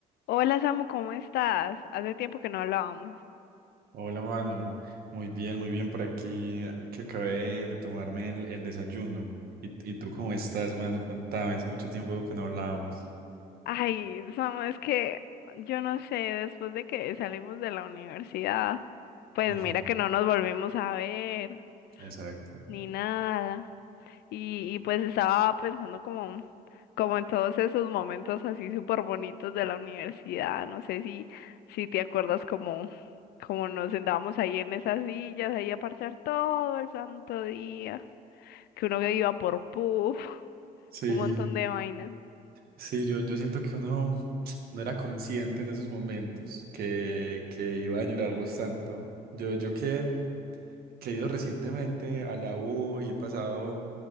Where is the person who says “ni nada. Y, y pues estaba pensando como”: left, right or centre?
Left